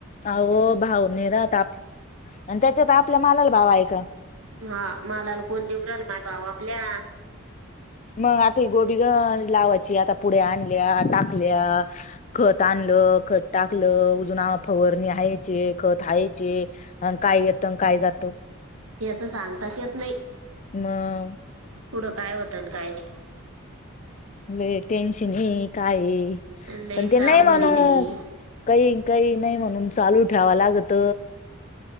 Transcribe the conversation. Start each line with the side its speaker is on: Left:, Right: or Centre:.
Left: अव भाऊ नि राहत आणि त्याच्यात आपल्या मालाला भाव आहे का?
Right: हा मलाला कोण देऊन राहील भाव आपल्या.
Left: मग आता ही गोबी गंज लावायची आता पुढे आणल्या, टाकल्या. खत आणलं, खत टाकलं अजून फववरणी हायचे, खत हायचे अन काय येत, काय जातं.
Right: त्याच सांगताच येत नाही.
Left: मग...
Right: पुढं काय होतं आणि काय नाही.
Left: लई टेन्शन ये काय ये
Right: लईच
Left: पण ते
Right: अवघडी
Left: नाही म्हणू
Right: लगी
Left: कही, कही नाही म्हणून चालू ठेवा लागत.